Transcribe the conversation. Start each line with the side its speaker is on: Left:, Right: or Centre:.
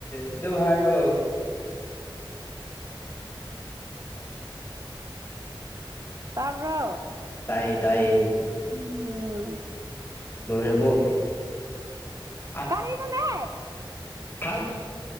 Left: ꯑꯗꯨꯝ ꯍꯥꯏꯔꯣ
Right: ꯇꯕ꯭ꯔꯣ
Left: ꯇꯥꯏꯌꯦ ꯇꯥꯏꯌꯦ
Right: ꯑꯣꯝ
Left: ꯂꯣꯏꯔꯔꯕꯣ ꯑ
Right: ꯀꯔꯤꯅꯣꯅꯦ
Left: ꯊ